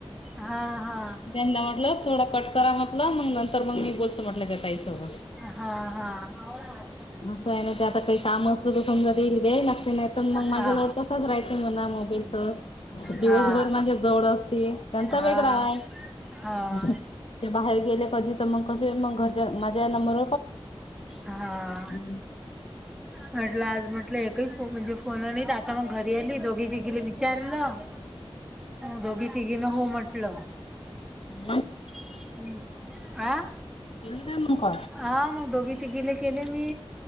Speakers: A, in the centre; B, on the left.
A: हा हा
B: त्यांना म्हटलं थोड कट करा म्हटलं मग नंतर मग <unintelligible> <inaudible> बोलतो म्हटलं काय काई स <unintelligible> <unintelligible>
A: हा हा <unintelligible> <inaudible>
B: असं आहे ना ते आता काही काम असल तर समजा येईल द नगते नाही तर मग माझ्याजवळ
A: हा
B: तसांच राहाचंय मणा मग <unintelligible> <inaudible> <unintelligible> दिवसभर
A: हा
B: म्हणजे जव त्यांचा
A: हा
B: वेगळा आहे
A: हा
B: ते बाहेर गेले कधी तर मग क मग घरच्या माझ्या नंबर
A: हा.
B: हम्!
A: म्हटलं आज म्हटलं एकही म्हणजे फोन नाही आता मग घरी आली दोघी तिघीला विचारलं. दोघी तिघी न हो म्हटलं.
B: हम्!
A: हम्म! आ.
B: केले काय मग कॉल?
A: हा मग दोघी तिघीले केले मी.